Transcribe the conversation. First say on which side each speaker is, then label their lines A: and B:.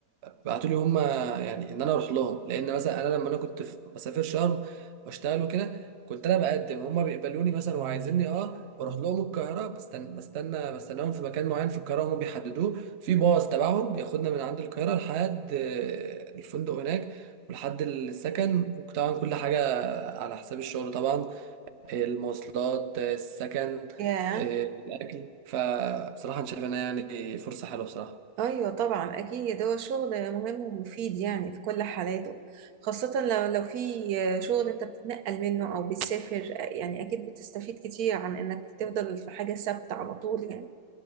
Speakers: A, on the right; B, on the right.
A: بيبعتوا لي هم يعني ان انا اروح لهم لان مثلا انا لما انا كنت في- بسافر شرم واشتغل وكده كنت انا بقدم هم بيقبلوني مثلا وعايزيني اه بروح لهم القاهره بستنى بستنى بستناهم في مكان معين في القاهره هم بيحددوه في باص تبعهم بياخدنا من عند القاهره لحد آه، الفندق هناك ولحد السكن وطبعا كل حاجه على حساب الشغل طبعا المواصلات آه، السكن
B: ياه
A: آه، الاكل فبصراحه انا شايف انها يعني فرصه حلوه بصراحه
B: ايوه طبعا اكيد هو شغل مهم ومفيد يعني في كل حالاته خاصة لو لو في شغل انت بتتنقل منه او بتسافر يعني اكيد بتستفيد كتير عن انك تفضل في حاجة ثابتة على طول يعني